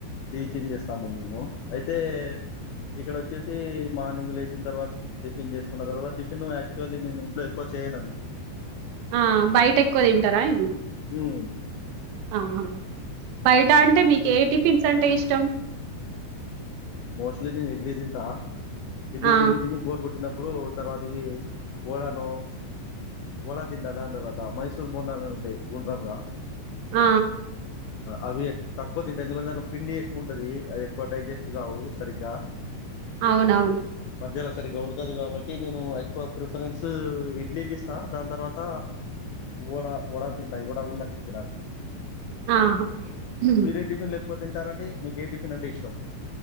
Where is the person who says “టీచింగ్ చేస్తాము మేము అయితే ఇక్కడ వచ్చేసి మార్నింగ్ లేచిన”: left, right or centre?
Left